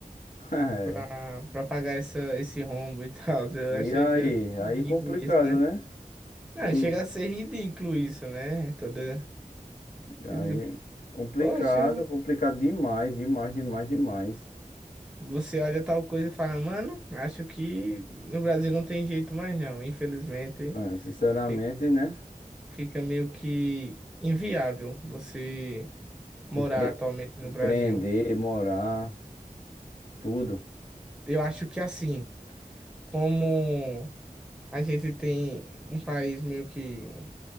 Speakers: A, on the left (about 70°); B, in the centre.
A: <laughs>
B: pra, pra pagar essa, esse rombo e <laughs> tal. Eu
A: E
B: achei
A: aí?
B: meio que ridículo
A: Aí complicado,
B: isso, né?
A: né?
B: Não,
A: Eu-
B: chega a ser ridículo isso, né? Toda. tipo,
A: Aí complicado,
B: Poxa,
A: complicado demais, demais, demais, demais.
B: você olha tal coisa e fala, mano, acho que no Brasil não tem jeito mais não. Infelizmente,
A: É, sinceramente,
B: fi-
A: né?
B: fica meio que inviável você morar
A: Empre-
B: atualmente
A: empreender,
B: no Brasil.
A: morar, tudo.
B: Eu acho que assim, como a gente tem um país meio que